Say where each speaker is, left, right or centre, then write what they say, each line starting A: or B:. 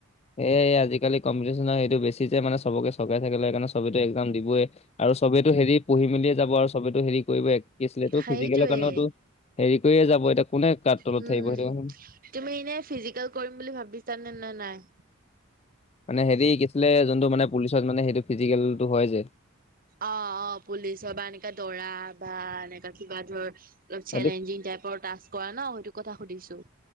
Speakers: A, on the left; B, on the right.
A: এ আজিকালি কম্পিটিশ্যনৰ সেইটো বেছি যে মানে চবকে চৰকাৰি চাকৰি লাগে সেইকাৰণে সবেটো এক্সাম দিবই। আৰু চবেইটো হেৰি পঢ়ি মেলিয়ে যাব আৰু সবেতো হেৰি কৰিবটো কি আছিলে এইটো
B: সেইটোৱে
A: ফিজিকেলৰ কাৰণেওটো হেৰি কৰিয়ে যাব এতিয়া কোনে কাৰ তলত
B: উম
A: থাকিব সেইটো কচোন।
B: তুমি এনেই ফিজিকেল কৰিম বুলি ভাবিছানে নে নাই?
A: মানে হেৰি কি আছিলে যোনটো মানে পুলিচত মানে সেইটো ফিজিকেলটো হয় যে
B: অ অ, পুলিচৰ বা এনেকা দৌৰা বা এনেকা কিবা ধৰ অলপ
A: সেইটো
B: চেলেঞ্জিং টাইপৰ টাস্ক কৰা ন সেইটো কথা সুধিছোঁ।